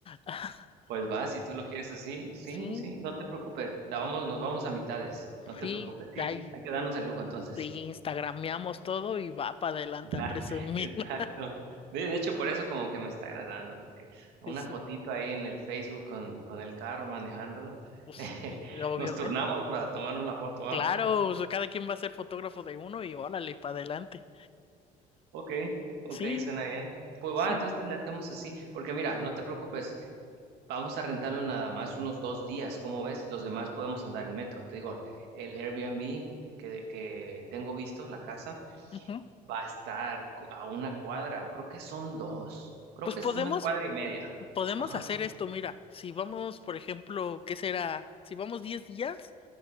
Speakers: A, on the left; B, on the right.
A: <laughs>
B: Pues va, si tú lo quieres así, sí,
A: Sí,
B: sí, no te preocupes. da- vamos- nos vamos a mitades, no te
A: sí,
B: preocupes, sí,
A: ahí
B: hay que darnos el lujo entonces.
A: sí, instagrameamos todo y va para adelante
B: La- <laughs>
A: a presumir.
B: exacto.
A: <laughs>
B: De, de hecho, por eso como que me está agradando, porque una
A: Sí, sí,
B: fotito ahí en el Facebook con, con el carro manejándolo,
A: pues sí,
B: <laughs>
A: obviamente.
B: nos turnamos para tomarnos la foto, ¿va?
A: Claro, o sea, cada quien va a ser fotógrafo de uno y órale, para adelante.
B: Ok, ok,
A: Sí,
B: suena bien. Pues
A: sí.
B: va, entonces le hacemos así, porque mira, no te preocupes, Vamos a rentarlo nada más unos dos días, ¿cómo ves? Los demás podemos andar en metro. Te digo, el Airbnb que, que tengo visto, la casa,
A: ujú.
B: va a estar co- a una cuadra, o creo que son dos, creo
A: Pues
B: que
A: podemos,
B: es una cuadra y media.
A: podemos
B: Ajá,
A: hacer esto, mira, si vamos, por ejemplo, ¿qué será? Si vamos 10 días,